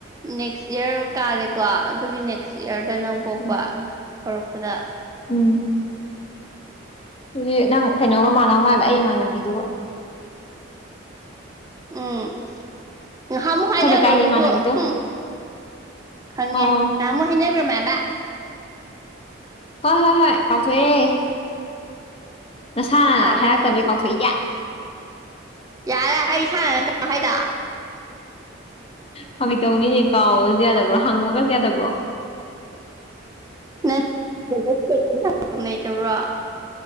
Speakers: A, on the right (about 15°); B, on the left (about 30°).
A: ꯅꯦꯛꯁ ꯏꯔ ꯀꯥꯜꯂꯦꯀꯣ ꯑꯗꯨꯒꯤ ꯅꯦꯛꯁ ꯏꯌꯥꯔ ꯗ ꯅꯪ ꯄꯣꯛꯄ
B: ꯎꯝ
A: ꯍꯧꯔꯛꯄꯗ
B: ꯎꯝ ꯑꯗꯨꯗꯤ ꯅꯪ ꯀꯩꯅꯣꯒ ꯃꯥꯟꯅꯕ ꯃꯥꯜꯂ ꯑꯩꯃꯥꯟꯅꯕꯤꯗꯨꯒ
A: ꯎꯝ ꯉꯥꯏꯍꯥꯛꯃꯨꯛ
B: ꯑꯩꯈꯣꯏ
A: ꯍꯥꯏꯅꯈ꯭ꯔꯣ
B: ꯂꯩꯀꯥꯏꯒꯤ
A: ꯑꯗꯨꯕꯨ
B: ꯏꯃꯥꯟꯅꯕꯤꯗꯣ
A: ꯎꯝ ꯈꯪꯉꯦ
B: ꯑꯣ ꯑꯣ
A: ꯉꯥꯏꯍꯥꯛ ꯑꯃꯨꯛ ꯍꯥꯏꯅꯈ꯭ꯔ ꯃꯕ
B: ꯍꯣꯏ ꯍꯣꯏ ꯍꯣꯏ ꯀꯥꯎꯁꯨ ꯑꯦꯦ ꯅꯁꯥꯅ
A: ꯀꯥꯎꯅꯤ
B: ꯍꯥꯏꯔꯛꯇꯕꯩ
A: ꯅꯪꯗꯤ
B: ꯀꯥꯎꯊꯣꯛꯏꯒꯦ
A: ꯌꯥꯔꯦ ꯑꯩ ꯁꯥꯟꯅ ꯇ ꯍꯥꯏꯗ
B: ꯐꯪꯒꯦꯇꯧꯅꯤꯅꯦ ꯀꯥꯎꯕꯁꯨ ꯌꯥꯗꯕ꯭ꯔꯣ ꯍꯪꯕꯒꯁꯨ ꯌꯥꯗꯕ꯭ꯔꯣ
A: ꯅꯪ ꯂꯩꯇꯕ꯭ꯔꯣ